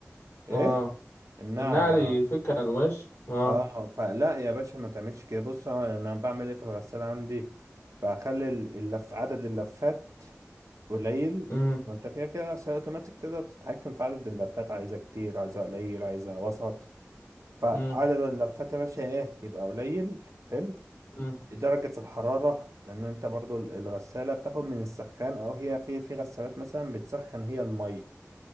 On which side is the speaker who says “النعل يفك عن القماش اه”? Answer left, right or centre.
Left